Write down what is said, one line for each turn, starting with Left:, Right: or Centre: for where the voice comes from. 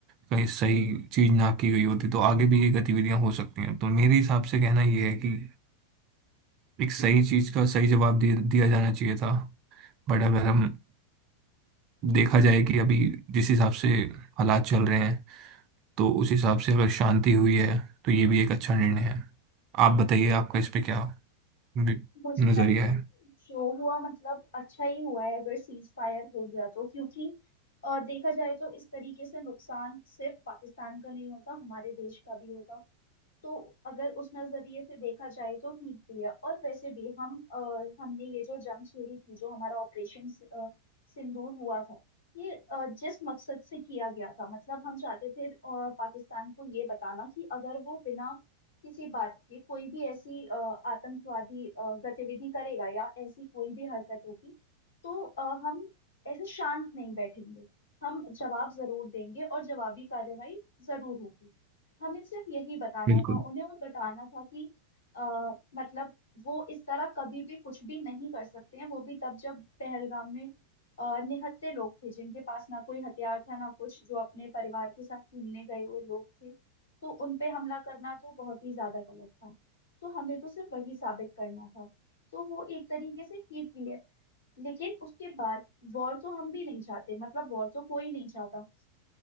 Right: कहीं सही चीज ना की गई होती तो आगे भी ये गतिविधियां हो सकती हैं तो मेरे हिसाब से कहना ये है कि एक सही चीज का सही जवाब दे, दिया जाना चाहिए था बट अगर हम देखा जाए कि अभी जिस हिसाब से हालात चल रहे हैं तो उस हिसाब से अगर शांति हुई है तो ये भी एक अच्छा निर्णय है आप बताइए आपका इस पे क्या वि-
Left: मुझे
Right: नजरिया
Left: लगता है
Right: है
Left: कि जो हुआ मतलब अच्छा ही हुआ है अगर सीज फायर हो गया तो क्योंकि अ, देखा जाए तो इस तरीके से नुकसान सिर्फ पाकिस्तान का नहीं होता हमारे देश का भी होता तो अगर उस नजरिए से देखा जाए तो ठीक भी है और वैसे भी हम अ, हमने ये जो जंग छेड़ी थी जो हमारा ऑपरेशन सिंदूर हुआ था ये अ, जिस मकसद से किया गया था मतलब हम चाहते थे अ, पाकिस्तान को ये बताना कि अगर वो बिना किसी बात के कोई भी ऐसी अ, आतंकवादी अ, गतिविधि करेगा या ऐसी कोई भी हरकत होगी तो अ, हम ऐसे शांत नहीं बैठेंगे हम जवाब जरूर देंगे और जवाबी कार्रवाई जरूर होगी हमें सिर्फ यही बताना
Right: बिल्कुल
Left: था उन्हें वो बताना था कि आ, मतलब वो इस तरह कभी भी कुछ भी नहीं कर सकते हैं वो भी तब जब पहलगाम में अ, निहत्थे लोग थे जिनके पास ना कोई हथियार था ना कुछ जो अपने परिवार के साथ घूमने गए हुए लोग थे तो उन पे हमला करना तो बहुत ही ज्यादा गलत था तो हमें तो सिर्फ वही साबित करना था तो वो एक तरीके से ठीक भी है लेकिन उसके बाद वॉर तो हम भी नहीं चाहते मतलब वॉर तो कोई नहीं चाहता